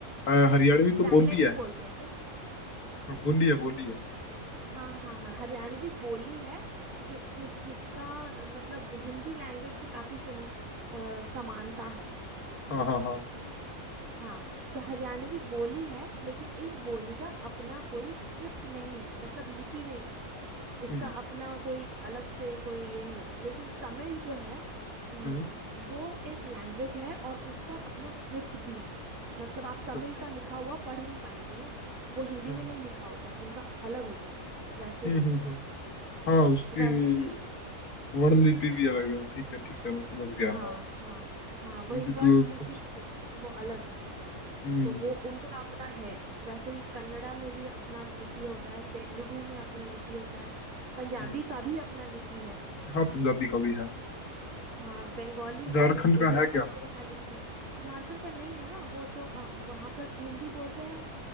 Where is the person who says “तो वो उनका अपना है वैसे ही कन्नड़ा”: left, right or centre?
Right